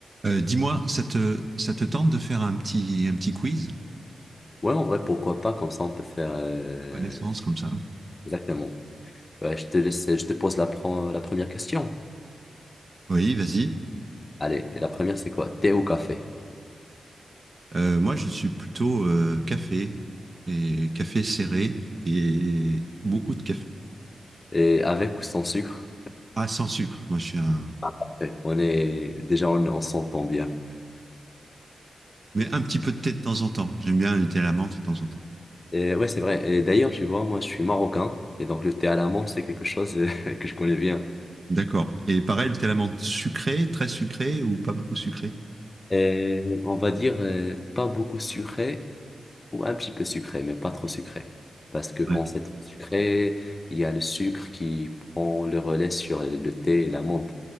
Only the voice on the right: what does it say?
Euh, Dis-moi, ça te, ça te tente de faire un petit, un petit quiz
connaissance comme ça?
Oui, vas-y.
Euh, moi, je suis plutôt euh, café et café serré et beaucoup de café.
Ah, sans sucre. Moi, je suis un.
Mais un petit peu de thé de temps en temps. J'aime bien le thé à la menthe de temps en temps.
D'accord. Et pareil, le thé à la menthe sucré, très sucré ou pas beaucoup sucré?
Ouais.